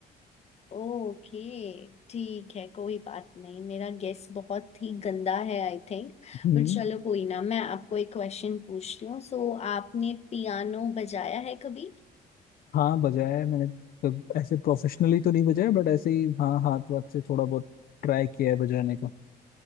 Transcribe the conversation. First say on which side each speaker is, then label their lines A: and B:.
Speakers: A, on the left (about 40°); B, on the left (about 60°).
A: ओके ठीक है कोई बात नहीं मेरा गेस बहुत ही गंदा है आई थिंक
B: हम्म
A: बट चलो कोई ना मैं आपको एक क्वेश्चन पूछती हूँ सो आपने पियानो बजाया है कभी
B: हाँ बजाया है मैंने जब ऐसे प्रोफेशनली तो नहीं बजाया बट ऐसे ही हाँ हाथ वाथ से थोड़ा बहुत ट्राई किया है बजाने का